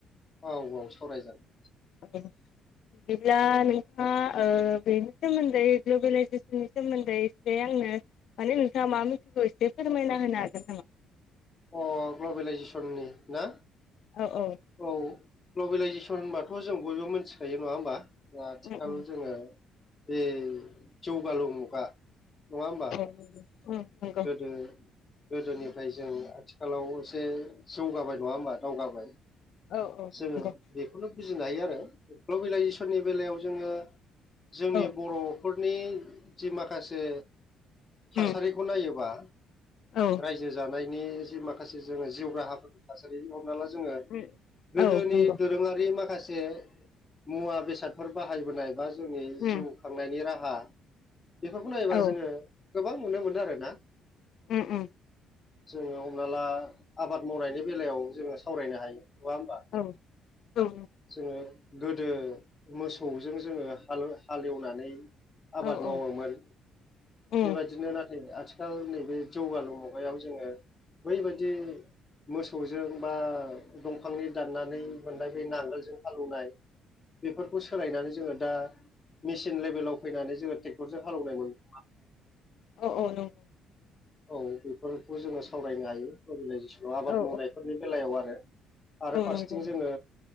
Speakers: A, on the left; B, on the left.
A: औ औ सावराय जागोन।
B: अ बिदिब्ला नोंथाङा ओ बेनि सोमोन्दै ग्लबेलाइजेसननि सोमोन्दै एसे आंनो माने नोंथाङा मा मिथिगौ एसे फोरमायना होनो हागोन नामा?
A: अ ग्लबेलाइजेसननि ना?
B: अ औ।
A: औ ग्लबेेलाइजेसन होनबाथ' जों बयबो मिथिखायो नङा होमबा? दा आथिखाल
B: उम उम
A: जोङो बे जौगालु मुगा नङा होमबा?
B: ओ <unintelligible>
A: गोदो गोदोनिफ्राय जों आथिखालाव एसे जौगाबाय नङा होमबा दावगाबाय।
B: औ औ
A: जोङो
B: नंगौ
A: बेखौनो बुजिनो हायो आरो ग्लबेलाइजेसननि बेलायाव जोङो जोंनि
B: औ
A: बर'फोरनि जि माखासे
B: उम
A: थासारि नायोबा
B: औ
A: रायजो जानायनि जि माखासे जोङो जिउ राहाफोर थासारि हमना ला जोङो
B: उम
A: गोदोनि
B: औ नंगौ
A: दोरोङारि माखासे मुवा बेसादफोर बाहायबोनाय बा जोंनि
B: उम
A: जिउ खांनायनि राहा बेफोरखौ नायोबा
B: औ
A: जोङो गोबां नुनो मोनो आरो ना।
B: उम उम
A: जोङो हमना ला आबाद मावनायनि बेलायाव जोङो सावरायनो हायो नङा होमबा?
B: औ ओ
A: जोङो गोदो मोसौजों जोङो हाल हालेवनानै आबाद
B: औ उम
A: मावोमोन
B: औ
A: बेबायदिनो नाथ थाय आथिखाल नैबे जौगालु मुगायाव जोङो बैबायदि मोसौजों बा दंफांनि दाननानै मोननाय बै नांगोलजों हालेवनाय बेफोरखौ सोलायनानै जोङो दा मेसिन लेभेलाव फैनानै जोङो ट्रेक्टरजों हालेवनाय मोन
B: अ अ नं
A: औ बेफोरखौ जोङो सावरायनो हायो ग्लबेलाइजेसनाव आबाद
B: औ
A: मावनायफोरनि बेलायाव आरो आरो
B: औ
A: फारसेथिं
B: नंगौ
A: जोङो